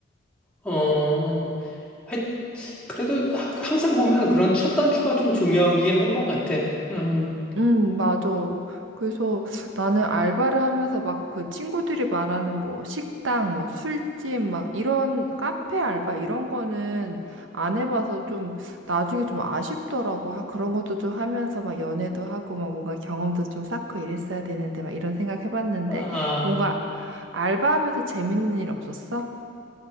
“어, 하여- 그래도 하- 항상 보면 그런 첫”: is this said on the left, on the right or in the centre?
Centre